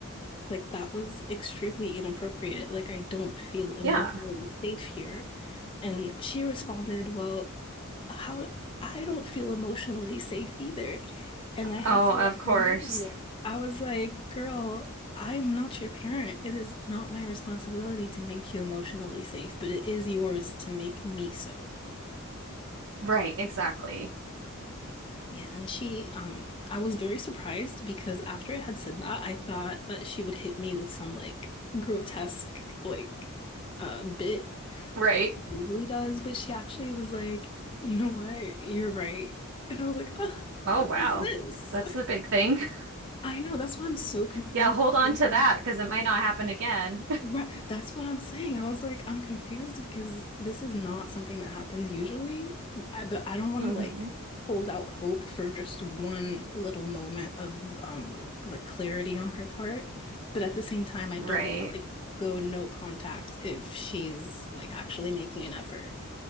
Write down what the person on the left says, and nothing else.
like that was extremely inappropriate. Like I don't feel emotionally
safe here. And she responded, well, how I don't feel emotionally safe either. And I had
to let
her know. I was like, girl, I'm not your parent. It is not my responsibility to make you emotionally safe, but it is yours to make me so.
Yeah, and she, um, I was very surprised because after I had said that, I thought that she would hit me with some like grotesque like uh bit
like she usually does, but she actually was like, you know what, you're right. And I was like, ah,
what
is this?
<laughs>
I know, that's why I'm so confused.
'cause
I'm
like,
Right. That's what I'm saying. I was like, I'm confused because this is not something that happens usually. I, but I don't want
to like
hold out hope for just one little moment of um like clarity on her part. But at the same time, I
don't want to like go no contact if she's like actually making an effort.